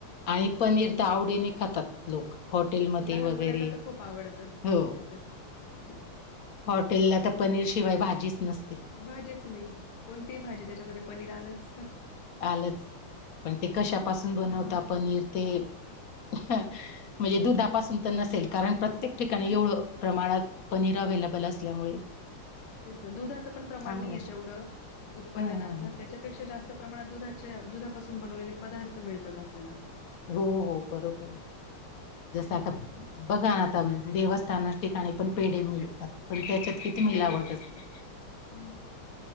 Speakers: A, on the left; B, on the left.
A: आणि पनीर तर आवडीने खातात लोक हॉटेलमध्ये
B: लहान
A: वगैरे
B: मुलांना तर खूप आवडतं त्याच्यात
A: हो हॉटेलला तर पनीर शिवाय भाजीच नसते
B: भाजीच नाही कोणतीही भाजी त्याच्यामध्ये पनीर आलंच
A: आलाच पण ते कशापासून
B: काहीच
A: बनवता पनीर ते म्हणजे दुधापासून तर नसेल कारण प्रत्येक ठिकाणी
B: नाही
A: एवढं प्रमाणात पनीर अवे्लेबल असल्यामुळे
B: तेच ना दुधाचं पण प्रमाण
A: सांगू
B: नाही य
A: शकत
B: तेवढं उत्पादनाचं
A: ह ह ह
B: त्याच्यापेक्षा जास्त प्रमाणात दुधा दुधापासून बनवलेले पदार्थ मिळतात आपल्याला
A: हो हो बरोबर आहे जसं आता बघा ना आता देवस्थान ठिकाणी पण पेढ मिळतात पण त्याच्यात किती
B: हो
A: मिलावट असते
B: हं.